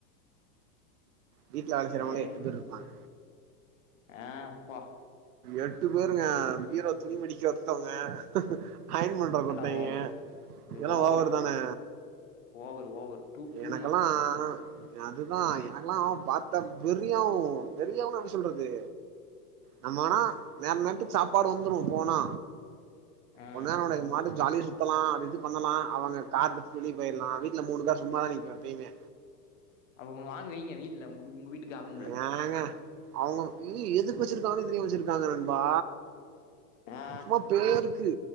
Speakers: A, on the right; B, on the left.
A: வீட்ல வேல செய்றவங்கலே
B: சரி.
A: எட்டு பேரு இருப்பாங்க
B: ஆ அப்பா
A: எட்டு பேருங்க பீரோ துணி மடிக்க ஒர்த்தவங்க அயன் பண் பப
B: எல்லா
A: ஒர்த்தைங்க
B: ஓவரு இது
A: இதெல்லா
B: ஓவரு
A: ஓவர் தானே
B: ஓவரு ஓவரு டூ டூ
A: எனக்கெலா
B: மச்
A: ஆ அதுதா எனக்கெல்லா பார்த்தா வெறியாவு வெறியாவன்னா எப்டி சொல்றது நம்மனா நேர நேரத்துக்கு சாப்பாடு வந்துடு போனா
B: ஆ
A: ஒரு நேர கெடயாது அது மாட்டுக்கு ஜாலியா சுத்தலா அது இது பண்ணலா அவுங்க கார எடுத்து வெளிய போயிடலா வீட்ல மூணு காரு சும்மாதா நிக்கு எப்பெயமே
B: அவுங்க வாங்கி வைங்க வீட்ல ஒங் ஒங்க வீட்டுக்கு ஆகும்ல
A: வேனாங்க அவுங்க ஏ எதுக் வச்சிர்க்காங்கன்னு தெரியாம வச்சிர்க்காங்க நண்பா
B: ஆ
A: சும்மா பேருக்கு